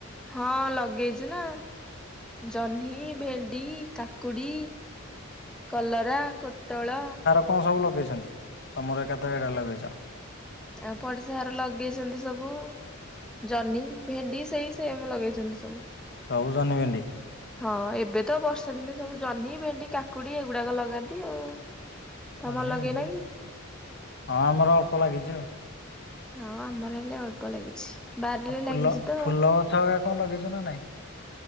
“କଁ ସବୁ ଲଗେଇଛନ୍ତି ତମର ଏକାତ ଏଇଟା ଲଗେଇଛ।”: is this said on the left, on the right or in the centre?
Left